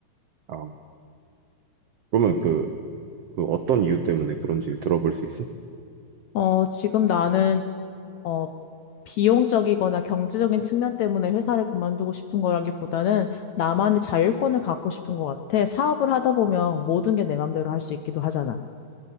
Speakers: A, on the right; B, on the left.
A: 아, 그러면 그, 그 어떤 이유 때문에 그런지 들어볼 수 있어?
B: 어, 지금 나는 어, 비용적이거나 경제적인 측면 때문에 회사를 그만두고 싶은 거라기보다는 나만의 자율권을 갖고 싶은 것 같아. 사업을 하다 보면 모든 게 내 맘대로 할 수 있기도 하잖아.